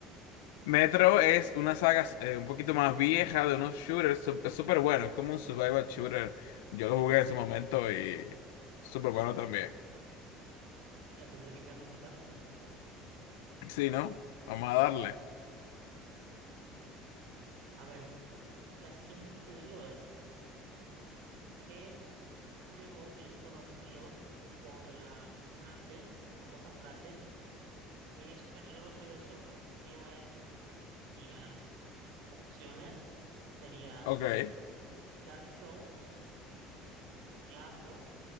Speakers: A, on the left (about 85°); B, on the right (about 80°).
A: Metro es una saga eh, un poquito más vieja de unos shooters, su- es súper bueno, es como un survival shooter. Yo lo jugué en su momento y súper bueno también.
B: Ya tendré que echarle un vistazo entonces, a ver.
A: Sí, ¿no? Vamos a darle.
B: A ver, la siguiente que te digo es, ¿qué juego es conocido por la frase, la famosa frase, es peligroso ir solo, lleva esto? Y las opciones sería
A: Ok.
B: Dark Souls, Diablo,